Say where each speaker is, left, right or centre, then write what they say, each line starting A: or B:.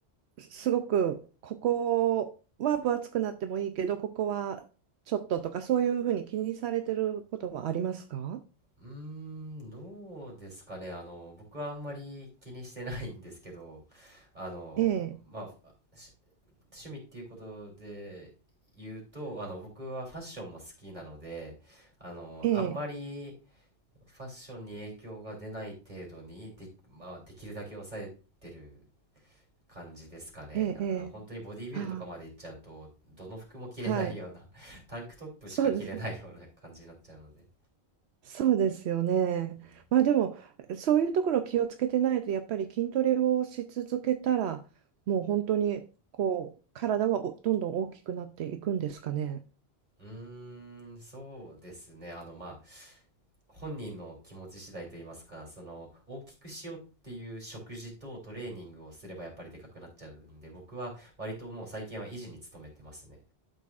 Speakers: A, on the right; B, on the right.
A: すごくここは分厚くなってもいいけど、ここはちょっととか、そういうふうに気にされてることはありますか
B: うーんどうですかねあの僕はあんまり気にしてないんですけどあのまあ
A: ええ、
B: 趣味っていうことで言うと、あの僕はファッションも好きなので、あのあんまり
A: ええ、
B: ファッションに影響が出ない程度にで、まあ、できるだけ抑えてる感じですかね。
A: ええ、ええ
B: あの本当にボディビルとかまでいっちゃうと、
A: あ
B: どの服も着れないような
A: あ、はい。
B: <laughs> タンクトップしか着れないような感じになっちゃうので。
A: そうです。そうですよね。
B: うん
A: まあでも、そういうところ気をつけてないと、やっぱり筋トレをし続けたら、もう本当にこう、体はおどんどん大きくなっていくんですかね。
B: うーん、そうですね。あのまあ本人の気持ち次第といいますか、その大きくしようっていう食事とトレーニングをすればやっぱりでかくなっちゃうんで、僕は割ともう最近は維持に努めてますね。